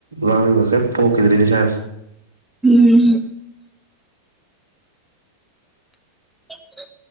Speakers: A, on the right; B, in the centre.
A: ꯂꯥꯡꯅꯤꯡꯕ ꯀꯩꯝ ꯄꯣꯛꯈꯤꯗ꯭ꯔꯦꯅꯦ ꯢꯁꯥꯁꯦ
B: ꯎꯝ ꯑꯦ ꯎꯝ